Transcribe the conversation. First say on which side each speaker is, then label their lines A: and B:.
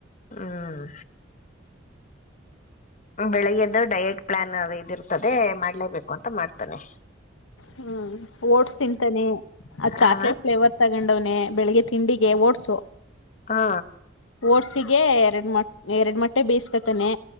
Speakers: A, on the left; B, on the left.
A: ಹ್ಮ್ ಬೆಳಿಗ್ಗೆದ್ದು ಡಯಟ್ ಪ್ಲಾನ್ ಅ ಇದ ಇರ್ತದೆ ಮಾಡ್ಲೇಬೇಕು ಅಂತ ಮಾಡ್ತಾನನೆ
B: ಹ್ಮ್ ಓಟ್ಸ್ ತಿಂತಾನೆ ಅ್
A: ಹ
B: ಚಾಕ್ಲೇಟ್ ಫ್ಲೇವರ್ ತಗೊಂಡವ್ನನೆ ಬೆಳಿಗ್ಗೆ ತಿಂಡಿ ಗೆ ಓಡ್ಸು
A: ಹಾ
B: ಓಟ್ಸಿಗೆ ಎರಡು ಮ ಎರಡು ಮೊಟ್ಟೆ ಬೇಯಿಸಕೊತಾನೆ